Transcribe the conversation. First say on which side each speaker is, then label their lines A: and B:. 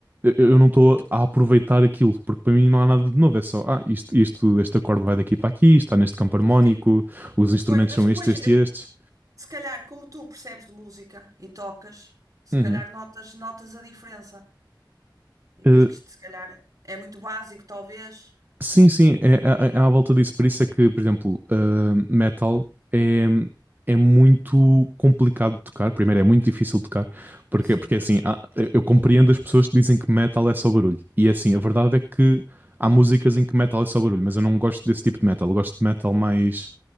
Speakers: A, on the right; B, on the right.
A: eu não estou a aproveitar aquilo, porque para mim não há nada de novo, é só, ah, isto, isto, este acorde vai daqui para aqui, está neste campo harmónico,
B: Sim.
A: os instrumentos
B: Pois, mas
A: são
B: depois,
A: estes, estes
B: eh,
A: e estes.
B: se calhar, como tu percebes de música e tocas, se
A: Uhum.
B: calhar notas, notas a diferença. E
A: Eh,
B: vês que isto, se calhar, é muito básico, talvez.
A: Sim, sim, é, é, é é à volta disso. Por isso é que, por exemplo, ah, metal é, é muito complicado de tocar. Primeiro, é muito difícil de tocar, porque,
B: Sim.
A: porque é assim, há- eu compreendo as pessoas que dizem que metal é só barulho. E é assim, a verdade é que há músicas em que metal é só barulho, mas eu não gosto desse tipo de metal. Eu gosto de metal
B: Ok.
A: mais